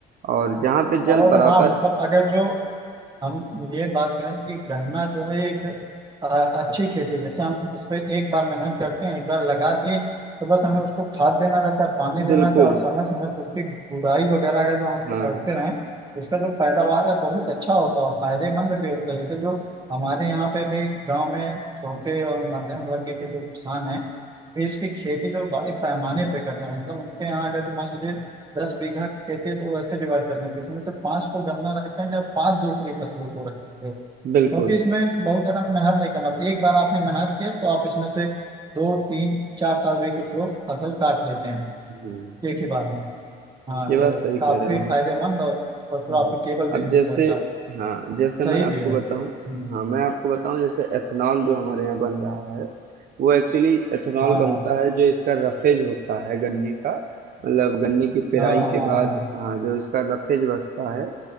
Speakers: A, on the right (about 60°); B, on the right (about 25°).
A: और जहाँ पे जल
B: और
A: बराबर
B: हाँ मतलब अगर जो हम ये बात करें कि गन्ना जो है एक अ, अच्छी खेती है। जैसे हम उस पे एक बार मेहनत करते हैं एक बार लगा दिए तो बस हमें उसको खाद देना रहता है पानी देना
A: बिल्कुल
B: रहता है और समय समय पर उसकी गुड़ाई वगैरह अगर जो हम
A: हाँ
B: करते रहें तो उसका जो पैदावार है बहुत अच्छा होता है और फायदेमंद भी होता है जैसे जो हमारे यहाँ पे भी गाँव में छोटे और मध्यम वर्ग के जो किसान हैं इसकी खेती जो बड़े पैमाने पे करते हैं मतलब उनके यहाँ अगर जो मान लीजिए दस बीघा खेती है तो वैसे डिवाइड करने की उसमें से पांच को गन्ना रखेंगे और पांच दूसरी फसलों को रखेंगे क्योंकि
A: बिल्कुल
B: इसमें बहुत ज्यादा मेहनत नहीं करना एक बार आपने मेहनत किया तो आप इसमें से दो तीन चार साल भी कुछ लोग फसल काट लेते हैं
A: हम्म,
B: एक ही बार में हाँ
A: ये बात
B: तो
A: सही कह
B: काफी
A: रहे
B: फायदेमंद
A: हो
B: और, और प्रॉफिटेबल
A: हुँ।
B: बिजनेस
A: अब जैसे
B: रहता है
A: हाँ, जैसे
B: सही
A: मैं आपको
B: भी है
A: बताऊँ
B: हम्म,
A: हाँ, मैं आपको बताऊँ जैसे एथेनॉल जो हमारे यहाँ बन रहा है, वो एक्चुअली एथेनॉल
B: हाँ
A: बनता
B: हाँ
A: है जो इसका रफेज होता है गन्ने का, मतलब गन्ने की पेराई
B: हाँ
A: के
B: हाँ
A: बाद
B: हाँ
A: हाँ, जो इसका रफेज बचता है,